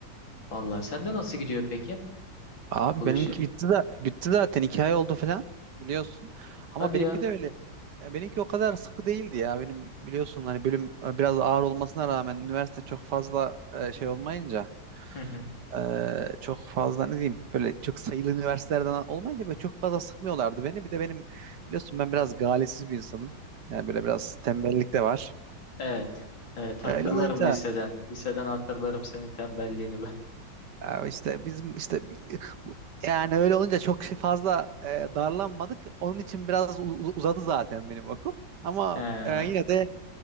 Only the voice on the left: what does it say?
Vallahi sende nasıl gidiyor peki
bu
işi?
Hadi
ya.
<laughs>
Evet. Evet hatırlarım
liseden. Liseden hatırlarım senin tembelliğini ben.
He.